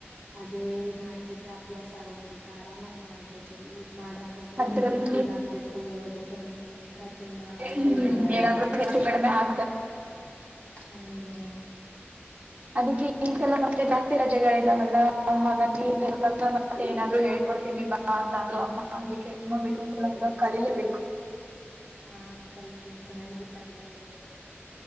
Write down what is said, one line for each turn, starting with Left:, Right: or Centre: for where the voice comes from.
Left: ಅದೇ ಮಾಡ್ತಿದ್ರೆ ಅಭ್ಯಾಸ ಆಗೋಗಿರುತ್ತೆ ಆರಾಮಾಗಿ ಮಾಡ್ಬೋದು ಈಗ ಮಾಡಕ್ ಹೋ ದ್ರಲ್ಲಿ
Right: ಅದ್ರಲ್ಲಿ
Left: ಇದಕ್ಕ ಏನ್ ಹಾಕ್ಬೇಕು ಅದಕ್ಕ ಏನ್ ಹಾಕ್ಬೇಕು ಅಂತ ತುಂಬಾ
Right: ಹ್ಮ್
Left: ಗಲಿಬಿಲಿ ಆಗೋಗುತ್ತೆ.
Right: ಏನಾದ್ರೂ ಹೆಚ್ಚು <inaudible>
Left: ಹ್ಮ್
Right: ಅದಕ್ಕೆ <unintelligible> ಜಾಸ್ತಿ ರಜೆಗಳಿದಾವಲ್ಲ ಹಾಗಾಗಿಲ್ ಮನೆ ಕೆಲ್ಸ ಮತ್ತೆ ಏನಾದ್ರು ಹೇ ಕೊಡ್ತೀನಿ ಬಾ ಅಂತ ಅಂದ್ರು ಅಮ್ಮ ಅದಕ್ಕೆ ನೋಡ್ಬೇಕು ಈ ಸಲ ಹೋದಾಗ ಕಲೀಲೇಬೇಕು.
Left: ಹಾ ಕಲಿಯರಿ ಚೆನ್ನಾಗಿರುತ್ತ ಅಡುಗೆ ಕಲಿಯೋದು.